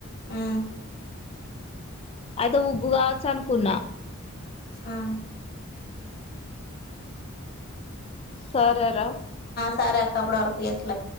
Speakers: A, on the left (about 45°); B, on the left (about 25°).
A: ఆ
B: అది ఉగ్గుకవచు చనుకున్నా
A: ఉమ్
B: సరరా
A: సారే అక్క అప్పడ వరకు చేతలే